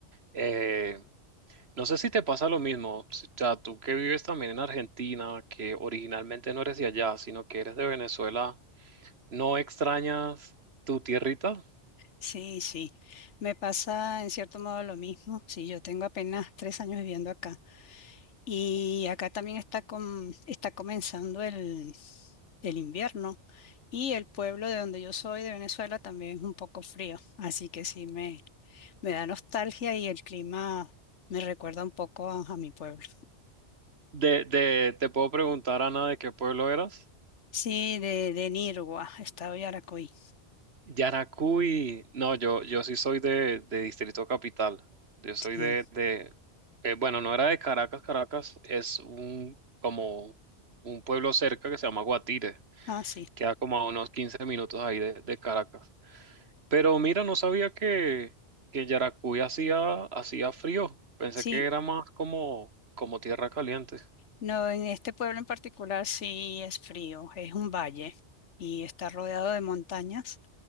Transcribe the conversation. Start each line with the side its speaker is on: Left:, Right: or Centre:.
Right: Eh, no sé si te pasa lo mismo, si- o sea, tú que vives también en Argentina, que originalmente no eres de allá, sino que eres de Venezuela, ¿no extrañas tu tierrita?
Left: Sí, sí, me pasa en cierto modo lo mismo. Sí, yo tengo apenas tres años viviendo acá y acá también está, com- está comenzando el, el invierno y el pueblo de donde yo soy, de Venezuela, también es un poco frío, así que sí me, me da nostalgia y el clima me recuerda un poco a, a mi pueblo.
Right: De, de, te puedo preguntar, Ana, ¿de qué pueblo eras?
Left: Sí, de, de Nirgua, estado de Yaracuy.
Right: Yaracuy, no, yo, yo sí soy de, de Distrito Capital. Yo soy
Left: Sí.
Right: de, de eh, bueno, no era de Caracas, Caracas, es un como un pueblo cerca que se llama Guatire,
Left: Ah, sí.
Right: queda como a unos 15 minutos ahí de, de Caracas. Pero mira, no sabía que, que Yaracuy hacía, hacía frío. Pensé
Left: Sí,
Right: que era más como, como tierra caliente.
Left: No, en este pueblo en particular sí es frío, es un valle y está rodeado de montañas